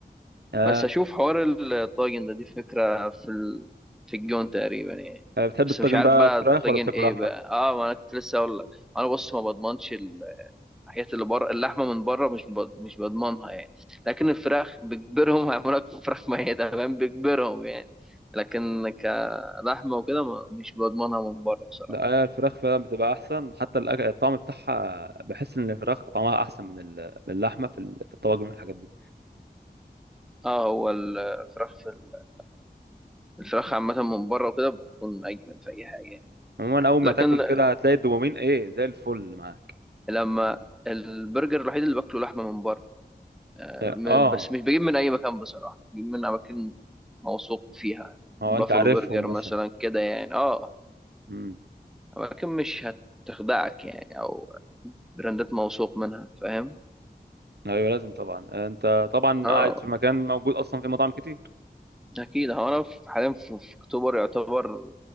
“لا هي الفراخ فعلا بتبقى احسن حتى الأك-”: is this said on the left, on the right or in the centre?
Right